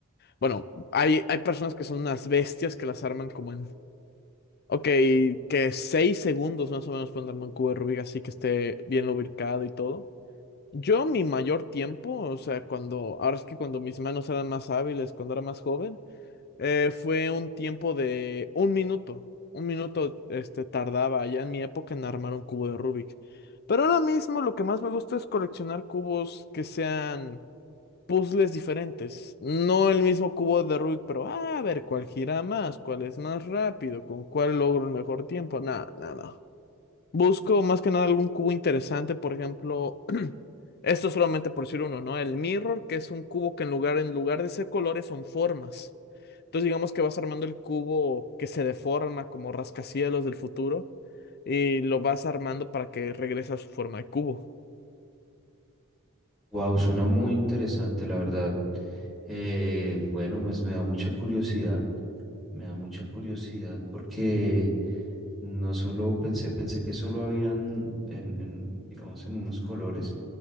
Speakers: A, on the left (about 50°); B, in the centre.
A: Bueno, hay, hay personas que son unas bestias que las arman como en... Ok, que seis segundos más o menos pueden armar un cubo de Rubik así que esté bien lubricado y todo. Yo mi mayor tiempo, o sea, cuando, ahora es que cuando mis manos eran más hábiles, cuando era más joven, eh, fue un tiempo de un minuto. Un minuto, este, tardaba ya en mi época en armar un cubo de Rubik. Pero ahora mismo lo que más me gusta es coleccionar cubos que sean puzzles diferentes. No el mismo cubo de Rubik, pero ah, a ver cuál gira más, cuál es más rápido, con cuál logro el mejor tiempo. Nada, nada. Busco más que nada algún cubo interesante, por ejemplo, <clears throat> esto solamente por decir uno, ¿no? El mirror, que es un cubo que en lugar, en lugar de ser colores son formas. Entonces digamos que vas armando el cubo que se deforma como rascacielos del futuro y lo vas armando para que regrese a su forma de cubo.
B: Wow, suena muy interesante, la verdad. Eh, bueno, pues me da mucha curiosidad, me da mucha curiosidad porque No solo pensé, pensé que solo habían en, en, digamos, en unos colores,